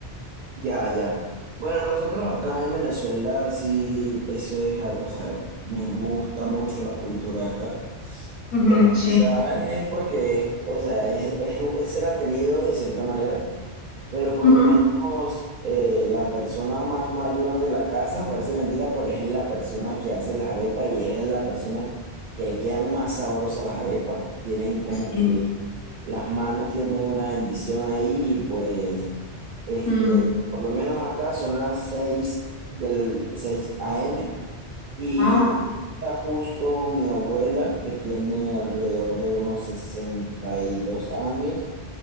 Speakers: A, on the right; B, on the left.
A: ya, ya. Bueno, nosotros acá en Venezuela sí, eso es algo, o sea, me gusta mucho la cultura acá.
B: Ujú,
A: Bueno, quizás
B: sí.
A: es porque, es- o sea, es, es, es ser atenido de cierta manera, pero por
B: Ujú,
A: lo menos eh, la persona más mayor de la casa, parece mentira, pero es la persona que hace las arepas y es la persona que le quedan más sabrosas las arepas. Tienen como
B: Sí.
A: que Las manos tienen una bendición ahí y pues, este,
B: Mm.
A: por lo menos acá son las 6 del 6 AM y
B: Ah,
A: ya está justo mi abuela que tiene alrededor de unos 62 años